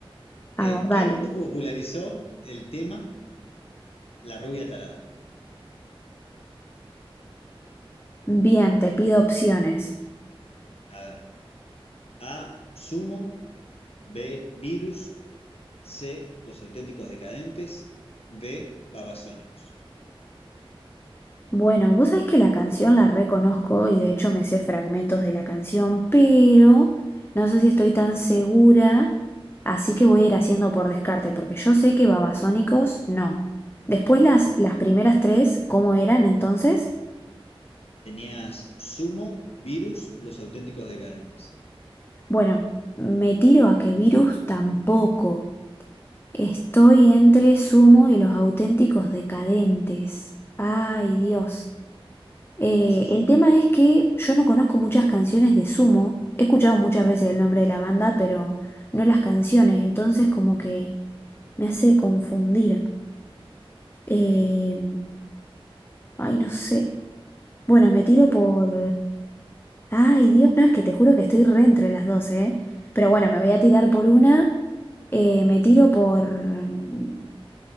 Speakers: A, on the left (about 25°); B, on the left (about 80°).
A: a
B: Eh,
A: ver, dale.
B: ¿qué grupo popularizó el tema La rubia tarada?
A: Bien, te pido opciones.
B: A ver, A, Sumo, B, Virus. C, Los Auténticos Decadentes. D, Babasónicos.
A: Bueno, vos sabés que la canción la reconozco y de hecho me sé fragmentos de la canción, pero no sé si estoy tan segura, así que voy a ir haciendo por descarte, porque yo sé que Babasónicos no. Después las,
B: Mm.
A: las primeras tres, ¿cómo eran entonces?
B: Tenías Sumo, Virus, Los Auténticos Decadentes.
A: Bueno, me tiro a que Virus tampoco. Estoy entre Sumo y los auténticos decadentes. Ay, Dios. Eh,
B: <laughs>
A: el tema es que yo no conozco muchas canciones de Sumo. He escuchado muchas veces el nombre de la banda, pero no las canciones. Entonces como que me hace confundir. Eh, ay, no sé. Bueno, me tiro por... Ay, Dios, no, es que te juro que estoy re entre las dos, ¿eh? Pero bueno, me voy a tirar por una. Eh, me tiro por... mm,